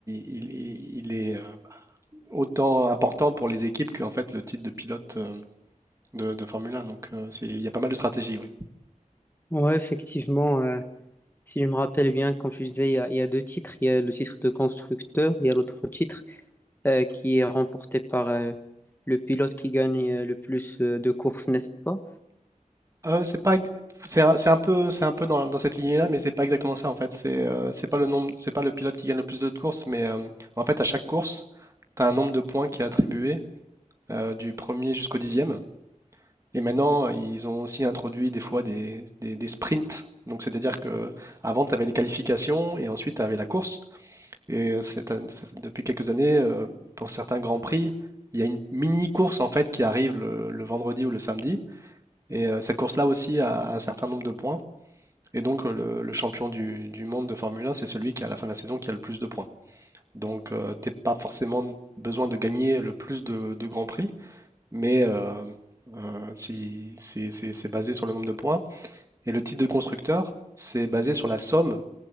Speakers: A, on the right (about 20°); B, on the left (about 15°).
A: il- il est euh, autant important pour les équipes qu'en fait le titre de pilote euh, de, de Formule 1. Donc euh, c'est- il y a pas mal de stratégies, oui.
B: Oui, effectivement. euh, Si je me rappelle bien, comme tu disais, il y a, il y a deux titres. Il y a le titre de constructeur, il y a l'autre titre euh, qui est remporté par euh, le pilote qui gagne euh, le plus euh, de courses, n'est-ce pas?
A: Euh, c'est pas, ex- c'est un, c'est un peu, c'est un peu dans, dans cette lignée-là, mais c'est pas exactement ça en fait. C'est euh, c'est pas le nombre, c'est pas le pilote qui gagne le plus de courses, mais euh, en fait à chaque course, tu as un nombre de points qui est attribué euh, du premier jusqu'au dixième. Et maintenant, ils ont aussi introduit des fois des, des- des sprints. Donc, c'est-à-dire que avant, tu avais les qualifications et ensuite, tu avais la course. Et cette an- cette- depuis quelques années, euh, pour certains grands prix, il y a une mini course en fait qui arrive le, le vendredi ou le samedi. Et euh, cette course-là aussi a un certain nombre de points. Et donc, euh, le, le champion du, du monde de Formule 1, c'est celui qui, à la fin de la saison, qui a le plus de points. Donc, tu t'es pas forcément besoin de gagner le plus de, de grands prix mais euh, euh, si, c'est c'est- c'est basé sur le nombre de points. Et le titre de constructeur, c'est basé sur la somme